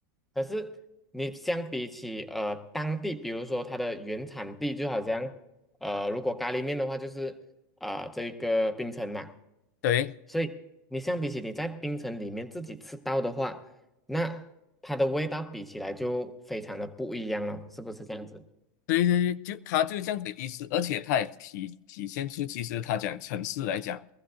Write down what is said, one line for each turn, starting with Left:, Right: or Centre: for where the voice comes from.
Centre: 东西可是你相比起呃当地，比如说它的原产地，就好像。呃，如果咖喱面的话，就是啊、这个冰城嘛，
Left: 对，
Centre: 所以你相比起你在冰城里面自己吃到的话，那它的味道比起来就非常的不一样了，是不是这样子？
Left: 对对对，就他就是这样子的意思，而且他也体体现出，其实他讲城市来讲